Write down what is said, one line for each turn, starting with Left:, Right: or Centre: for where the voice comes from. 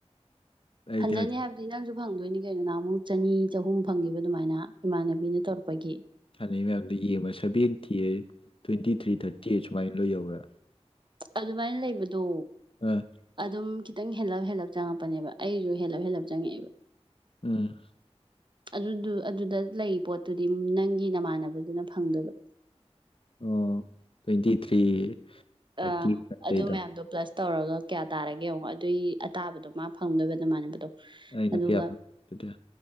Left: ꯑꯩꯗꯤ
Right: ꯍꯟꯖꯟꯅꯤ
Left: ꯍꯧꯖꯤꯛ
Right: ꯍꯥꯏꯕꯗꯤ ꯅꯪꯁꯨ ꯐꯪꯗꯣꯏꯅꯤ ꯀꯩꯅꯣ ꯅꯍꯥꯟꯃꯨꯛ ꯆꯅꯤ ꯆꯍꯨꯝ ꯐꯪꯒꯤꯕ ꯗꯨꯃꯥꯏꯅ ꯏꯃꯥꯟꯅꯕꯤꯅ ꯇꯧꯔꯛꯄꯒꯤ
Left: ꯂꯩ ꯃꯌꯥꯝꯗꯣ ꯌꯦꯡꯕ seventy eight twenty three thirty eight ꯁꯨꯃꯥꯏꯅ ꯂꯣꯏ ꯌꯧꯔꯦ
Right: ꯑꯗꯨꯃꯥꯏꯅ ꯂꯩꯕꯗꯣ
Left: ꯑꯥ
Right: ꯑꯗꯨꯝ ꯈꯤ ꯇꯪ ꯍꯦꯜꯂꯞ ꯍꯦꯜꯂꯞ ꯆꯪꯉꯛꯄꯅꯦꯕ ꯑꯩꯖꯨ ꯍꯦꯜꯂꯞ ꯍꯦꯜꯂꯞ ꯆꯪꯉꯛꯑꯦꯕ
Left: ꯎꯝ
Right: ꯑꯗꯨꯗꯨ ꯑꯗꯨꯗ ꯂꯩ ꯄꯣꯠꯇꯨꯗꯤ ꯅꯪꯒꯤ ꯅꯃꯥꯟꯅꯕꯗꯨꯅ ꯐꯪꯗꯨꯏꯕ
Left: ꯑꯣ ꯇ꯭ꯋꯦꯟꯇꯤ ꯊ꯭ꯔꯤ ꯊꯥꯔꯇꯤ
Right: ꯑ
Left: ꯑꯗꯩꯗꯣ
Right: ꯑꯗꯨ ꯃꯌꯥꯝꯗꯣ ꯄ꯭ꯂꯁ ꯇꯧꯔꯒ ꯀꯌꯥ ꯇꯥꯔꯒꯦ ꯌꯦꯡꯉꯣ ꯑꯗꯨꯏ ꯑꯇꯥꯕꯗꯣ ꯃꯥ ꯐꯪꯗꯣꯏꯕ ꯅꯃꯥꯟꯅꯕꯗꯣ
Left: ꯑꯩꯅ
Right: ꯑꯗꯨꯒ
Left: ꯀꯌꯥ ꯐꯪꯒꯗ